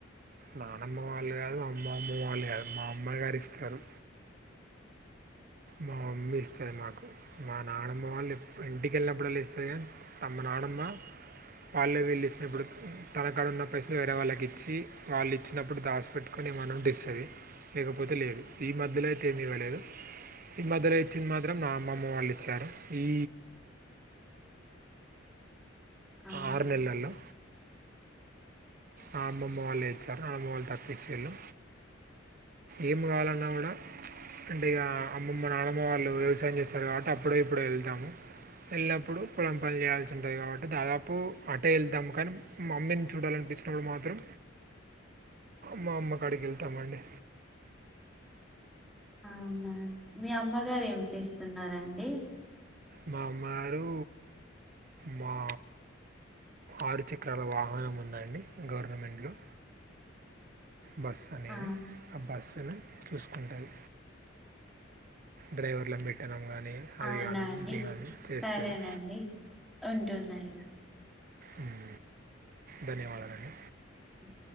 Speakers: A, on the right; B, in the centre.
A: నానమ్మ వాళ్ళు కాదు మా అమ్మ అమ్మ వాళ్ళు కాదు మా అమ్మ గారు ఇస్తారు. మా మమ్మీ ఇస్తది నాకు మా నానమ్మ వాళ్ళు ఇంటికెళ్ళినప్పుడల్లా ఇస్తది కాని తమ్మ నా ఆడమ్మా వాళ్ళు వీళ్ళు ఇచ్చినప్పుడు తన కాడ ఉన్న పైసలు వేరే వాళ్ళకి ఇచ్చి వాళ్ళు ఇచ్చినప్పుడు దాసిపెట్టుకొని ఏమనుంటే ఇస్తది లేకపోతే లేదు ఈ మధ్యలో అయితే ఏమి ఇవ్వలేదు ఈ మధ్యలో ఇచ్చింది మాత్రం మా అమ్మమ్మ వాళ్ళు ఇచ్చారు ఈ
B: అవును
A: ఆరునెలల్లో ఆ అమ్మమ్మ వాళ్ళు ఇచ్చారు అమ్మ వాళ్ళు తక్కుభ ఇచ్చిళ్ళు ఏమ్ గావాలన్నా గూడా అంటే ఇగ అమ్మమ్మ నానమ్మ వాళ్ళు వ్యవసాయం చేస్తారు కాబట్టి అప్పుడే ఇప్పుడే వెళ్తాము వెళ్ళినప్పుడు పొలం పని చేయాల్సి ఉంటది కాబట్టి దాదాపు అటే వెళ్తాము కానీ మమ్మీని చూడాలనిపిస్తుంది. అప్పుడు మాత్రం మా అమ్మకాడికి వెళ్తామండి
B: అవునాండి మీ అమ్మగారు ఏమి చేస్తున్నారండి
A: మా అమ్మగారు మా ఆరు చక్రాల వాహనం ఉందండి గవర్నమెంట్లో బస్ అనేది
B: ఆ
A: ఆ బస్సులో చూసుకుంటది డ్రైవర్లను పెట్టడం కానీ అది
B: అవునా
A: కానీ
B: అండి
A: ఇది కానీ చేస్తుంది
B: సరేనండి ఉంటున్నా ఇగ
A: ఉమ్ ధన్యవాదాలండి
B: ఉమ్